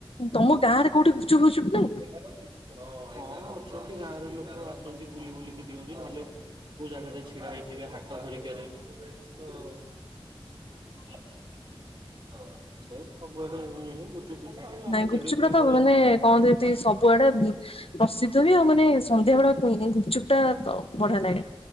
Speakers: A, on the left (about 75°); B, on the right (about 60°).
A: ତମ ଗାଁରେ କୋଉଠି ଗୁପଚୁପ ଫୁପଚୁପ୍ ନାହିଁ।
B: ଏଗାର ହଁ ଅଛନ୍ତି ଗାଁରେ ଲୋକ ଅଛନ୍ତି ବୁଲି ବୁଲିକି ଦିଅନ୍ତି ନହେଲେ କୋଉ ଜାଗାରେ ଛିଡା ହେଇଥିବେ ହାଟ ହ ତ <unintelligible> ସେ ସବୁଆଡ ମିଳେ ଗୁପୁ ଚୁପ୍ ଫୁପ୍ ଚୁପ୍ ଆଉ
A: ନାଇଁ
B: ଆମେ
A: ଗୁପଚୁପ
B: ଯେବେ ବି
A: ଟା ତ
B: ଘର
A: ମାନେ କହନ୍ତି ଏଠି ସବୁଆଡେ ପ୍ରସିଦ୍ଧ ବି ଆଉ ମାନେ ସନ୍ଧ୍ୟାବେଳେ ଗୁପଚୁପ ଟା ବଢିଆ ଲାଗେ।